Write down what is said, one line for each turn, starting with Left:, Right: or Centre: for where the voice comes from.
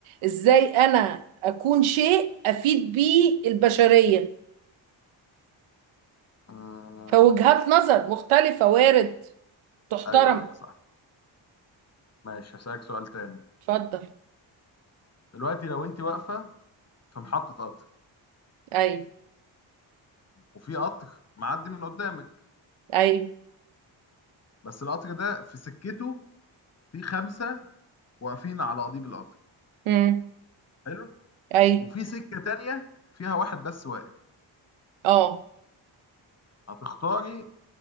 Right: ازاي انا اكون شيء افيد بيه البشرية
Left: أمم،
Right: فوجهات نظر مختلفة وارد تحترم
Left: ايوه ايوه صح ماشي هسألك سؤال تاني
Right: اتفضل
Left: دلوقتي لو انت واقفه في محطه قطر
Right: اي
Left: وفي قطر معدي من قدامك
Right: اي
Left: بس القطر ده في سكته في خمسه واقفين على قضيب القطر
Right: امم
Left: حلو
Right: اي
Left: وفي سكه تانيه فيها واحد بس واقف
Right: اه
Left: هتختاري